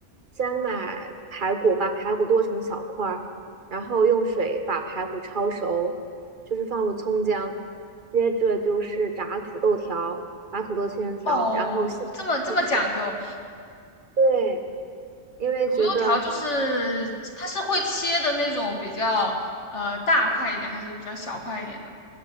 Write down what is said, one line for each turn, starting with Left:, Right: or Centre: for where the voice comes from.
Right: 先买排骨，把排骨剁成小块儿，然后用水把排骨焯熟，就是放入葱姜，接着就是炸土豆条，把土豆切成条，
Left: 哦，
Right: 然后下入水。
Left: 这么这么讲究，
Right: 对，因为觉得
Left: 土豆条就是它是会切的那种比较呃大块一点，还是比较小块一点的？